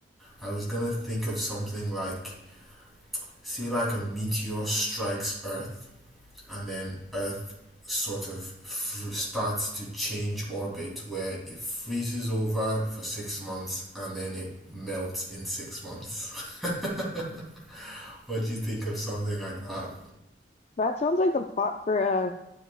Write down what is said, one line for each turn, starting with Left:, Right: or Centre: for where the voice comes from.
Centre: I was gonna think of something like say like a meteor strikes Earth and then Earth sort of f- starts to change orbit where it freezes over for six months and then it melts in six months. <laughs> what do you think of something like that?
Left: That sounds like the plot for uh